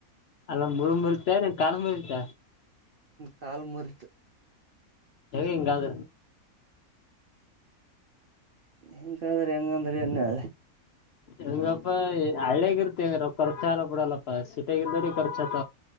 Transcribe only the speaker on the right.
ಕಾಲು ಮುರ್ತು
ಹೆಂಗ ಕದ್ರ ಹೆಂಗಂದ್ರ ಎನ್ ಅ.